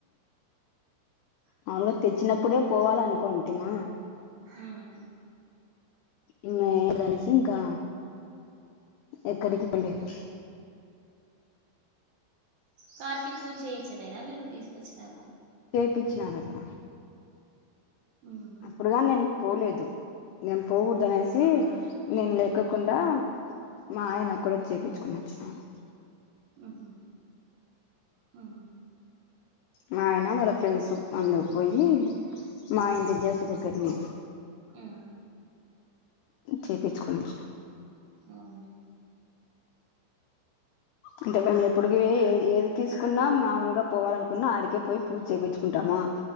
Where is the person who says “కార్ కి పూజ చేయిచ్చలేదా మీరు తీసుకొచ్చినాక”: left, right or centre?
Right